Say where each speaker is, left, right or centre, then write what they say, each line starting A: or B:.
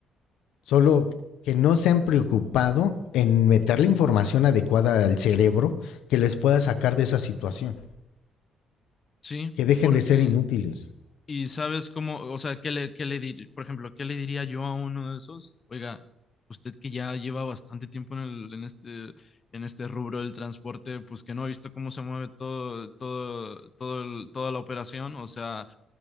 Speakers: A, on the left (about 85°); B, on the left (about 35°).
A: solo que no se han preocupado en meter la información adecuada al cerebro que les pueda sacar de esa situación,
B: Sí,
A: que dejen
B: porque
A: de ser inútiles.
B: Y sabes cómo, o sea, ¿qué le, qué le dir- por ejemplo, qué le diría yo a uno de esos? Oiga, usted que ya lleva bastante tiempo en el, en este, en este rubro del transporte, pues que no ha visto cómo se mueve todo, todo, todo el- toda la operación, o sea,